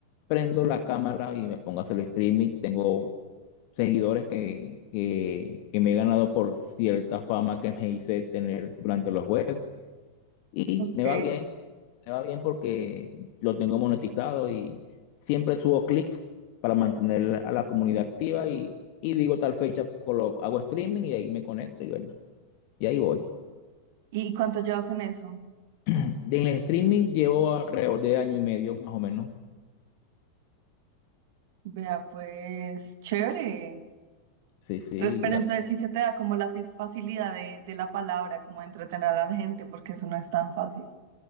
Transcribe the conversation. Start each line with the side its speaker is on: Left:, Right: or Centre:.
Left: prendo la cámara y me pongo a hacer streaming. Tengo seguidores que, que, que me he ganado por cierta fama que me hice tener durante los juegos y
Right: Ok.
Left: me va bien, me va bien porque lo tengo monetizado y siempre subo clics para mantener a la comunidad activa y, y digo tal fecha, colo- hago streaming y ahí me conecto y bueno. Y ahí voy.
Right: ¿Y cuánto llevas en eso?
Left: En el streaming llevo alrededor de año y medio, más o menos.
Right: Vea, pues chévere.
Left: Sí, sí,
Right: Eh, Pero
Left: gra-
Right: entonces sí se te da como la fis- facilidad de, de la palabra, como de entretener a la gente, porque eso no es tan fácil.